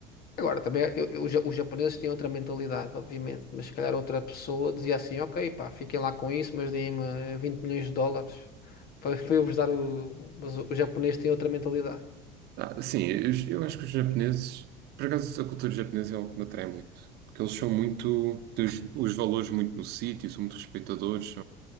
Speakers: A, on the left; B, on the right.
A: Agora, também eu- eu- os ja- os japoneses têm outra mentalidade, obviamente, mas se calhar outra pessoa dizia assim: ok, pá, fiquem lá com isso, mas deem-me 20 milhões de dólares <laughs> para, para eu vos dar o. Mas os japoneses têm outra mentalidade.
B: Ah, sim, eu, eu acho que os japoneses, por acaso a cultura japonesa é algo que me atrai muito, porque eles são muito, têm os, os valores muito no sítio, são muito respeitadores,